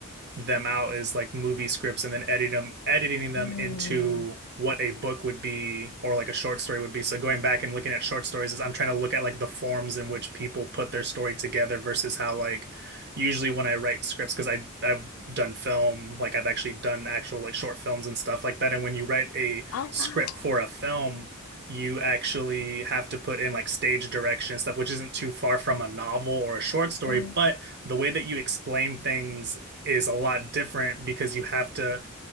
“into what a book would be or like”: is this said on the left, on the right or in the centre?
Right